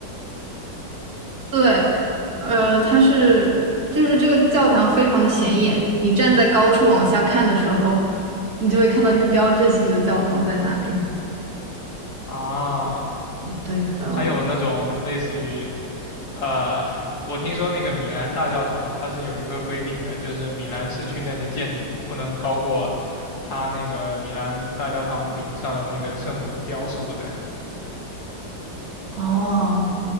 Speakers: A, on the right; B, on the left.
A: 对，呃，它是就是这个教堂非常的显眼，你站在高处往下看的时候，你就会看到这个标志性的教堂在哪里。
B: 啊，
A: 对的，
B: 它有那种类似于呃，我听说那个米兰大教堂它是有一个规定的，就是米兰市区内的建筑不能高过它那个米兰大教堂顶上的那个圣母的雕塑的。
A: 哦，